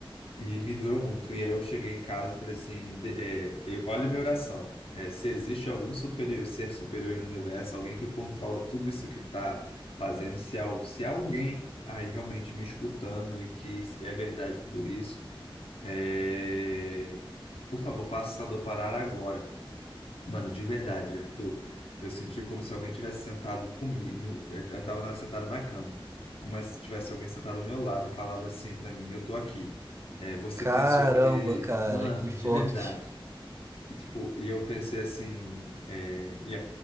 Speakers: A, on the left; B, on the right.
A: e me doeu muito. E aí eu cheguei em casa e falei assim: de- é, eu- olha a minha oração. É, se existe algum superior, ser superior no universo, alguém que controla tudo isso que está fazendo, se há, se há alguém aí realmente me escutando e que é verdade tudo isso, é, por favor, faça essa dor parar agora. Mano, de verdade, Arthur, eu senti como se alguém tivesse sentado comigo. Eu estava na- sentado na cama, como se tivesse alguém sentado do meu lado e falado assim para mim: Eu tô aqui. É, você
B: Caramba,
A: pensou que.
B: cara,
A: Mano,
B: que forte.
A: de verdade. E, tipo, e eu pensei assim, é, e, a,